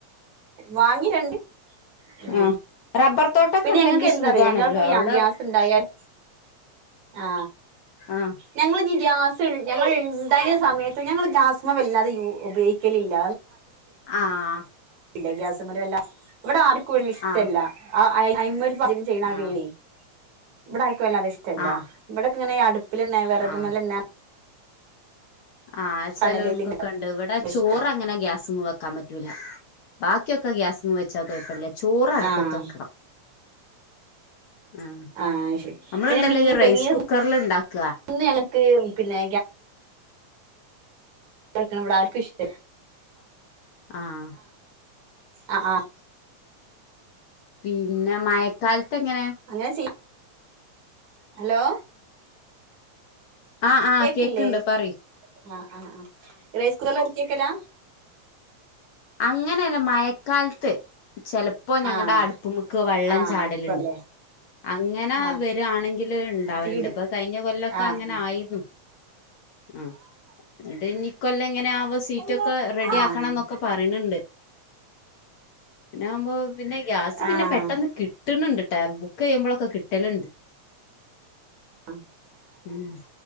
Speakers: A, on the right; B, on the left.
A: വാങ്ങി രണ്ട് ഉം
B: ആഹ് റബ്ബർ തോട്ടൊക്കെ
A: പിന്നെ
B: ഉണ്ടെങ്കി
A: ഞങ്ങക്ക് എന്താറിയൊ
B: സുഖാണല്ലോ
A: ഞങ്ങക്ക്
B: അവിടെ
A: ഗ്യാസിണ്ടായാല് ആ
B: ആഹ്
A: ഞങ്ങളിനി ഗ്യാസ് ഞങ്ങൾ ഇണ്ടായ സമയത്ത് ഞങ്ങൾ ഗ്യാസമ്മെ വല്ലാതെ യൂ ഉപയോഗിക്കലില്ല
B: ആ
A: ല്ല ഗ്യാസുമ്മല് വെല്ല ഇവിടെ ആർക്കും വല്ല്യ ഇഷ്ടല്ല
B: ആഹ്
A: ആ അയ് അയ്മുൽ പലരും ചെയ്യണ
B: ആഹ്
A: അവിയൽ ഇവ്ട അയ് ക്ക് വല്ലാതെ ഇഷ്ടല്ല
B: ആഹ്
A: <unintelligible> ക്ക് ഇങ്ങനെ അടു പ്പിലന്നെ വെറകുംമലെന്ന
B: ആഹ് ആഹ് ചെലോൾകൊക്ക
A: കണലില് ഇങ്ങനെ
B: ഒണ്ട്. ഇവ്ടെ ചോറ്
A: ഇഷ്ടം
B: അങ്ങനെ ഗ്യാസ്മ വെക്കാൻ പറ്റൂല ബാ ക്ക് ഒക്ക ഗ്യാസ്മ വെ ച്ചാ കൊഴപ്പല്ല. ചോറ് അടുപ്പത്ത്ക്കണം.
A: ആഹ്
B: ആ
A: ആഹ് ശരി
B: നമ്മള്ണ്ടല്ല
A: പിന്നെ മീനൊക്കെ
B: ഈ റൈസ്
A: മീൻ
B: കുക്കറിൽ ഇണ്ടാക്ക്ആ
A: ഒന്നും ഞങ്ങക്ക് പിന്നെ കെടക്കണ ഇവിട ആർക്കും ഇഷ്ട
B: ആഹ്
A: അ ആഹ്
B: പിന്നെ മയക്കാൽ ത് ങ്ങനെ
A: അങ്ങനെ ചെയ്യ ഹലോ
B: ആഹ് ആഹ്
A: കേക്കില്ലേ
B: കേക്കണ്ട് പറയ്
A: ആഹ് ആഹ് ആ എറൈസ് കുറല്ലേ കേക്കലാ
B: അങ്ങനെയല്ല മയക്കാലത്ത് ചെലപ്പോ ഞങ്ങള്ട
A: ആഹ്
B: അടുപ്പുമ്ക്ക് വെള്ളം
A: ആഹ്
B: ചാടല്ണ്ട്.
A: അപ്പല്ലേ
B: അങ്ങന
A: ആഹ്
B: വരു ആണങ്കില് ഇണ്ടാവലുണ്ട്.
A: തീടി
B: ഇപ്പൊ കഴിഞ്ഞ കൊല്ലൊക്ക
A: ആഹ്
B: അങ്ങനെ ആയിരുന്നു. മ്മ് എന്ട്ട് ഇനി ഇകൊല്ലം ഇങ്ങനെ ആവ് പ്പൊ സീറ്റൊക്ക
A: ആഹ്
B: റെഡിയാക്കണം
A: ആഹ്
B: ന്നൊ പറയണണ്ട് <unintelligible> യാമ്പോ പിന്നെ ഗ്യാസ് പിന്നെ
A: ആഹ്
B: പെട്ടെന്ന് കിട്ട്ണണ്ട് ട്ടാ ബുക് ബുക്ക്‌ ചെയ്യുമ്പോളൊക്കെ കിട്ടല്ണ്ട്
A: <unintelligible>
B: ഉം